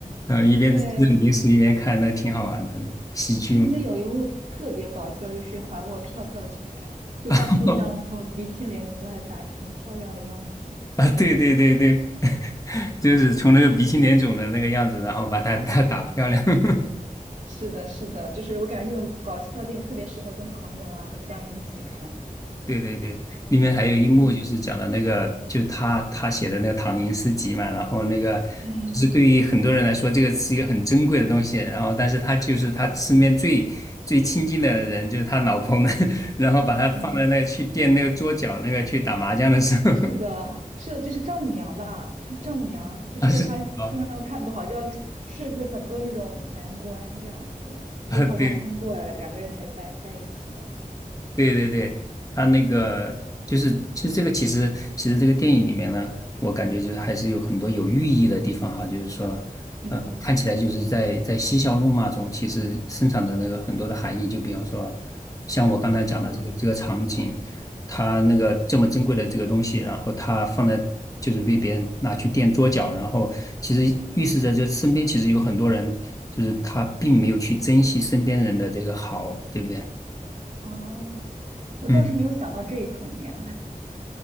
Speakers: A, on the left; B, on the right.
A: 呃一边吃着零食一边看，
B: 对，
A: 那挺好玩的，喜剧嘛。
B: 中间有一幕特别搞笑，就是还我票票拳，就把秋香从鼻青脸肿状态打成漂亮的样子。
A: <laughs> 啊，对对对对，<laughs> 就是从那个鼻青脸肿的那个样子，然后把他他打漂亮。<laughs>
B: 是的，是的，就是我感觉这种搞笑电影特别适合跟朋友啊和家人一起看。
A: 对对对，里面还有一幕就是讲的那个，
B: 对，
A: 就是他他写的那个唐寅诗集嘛，然后那个就是对于很多人来说，
B: 嗯
A: 这个是一个很珍贵的东西，然后但是他就是他身边最最亲近的人，就是他老婆们，<laughs> 然后把他放在那去垫那个桌角那个去打麻将的时候，
B: 嗯，是的，是的，就是丈母娘吧，就是丈母娘，
A: <laughs>
B: 就是对她非常看不好，
A: 他是啊
B: 就要设置很多那种难关这样子，
A: 啊，
B: 最后她通过了，
A: <laughs> 对
B: 两个人才在在一起的。
A: 对对对，他那个就是其实这个其实其实这个电影里面呢，我感觉就是还是有很多有寓意的地方哈，就是说，
B: 嗯，
A: 呃，看起来就是在在嬉笑怒骂中，其实生产的那个很多的含义，就比方说，像我刚才讲的这个这个场景，
B: 啊，
A: 他那个这么珍贵的这个东西，然后他放在就是被别人拿去垫桌脚，然后其实预示着这身边其实有很多人，就是他并没有去珍惜身边人的这个好，对不对？
B: 哦，我倒是没有想到这一层面。
A: 嗯
B: <laughs>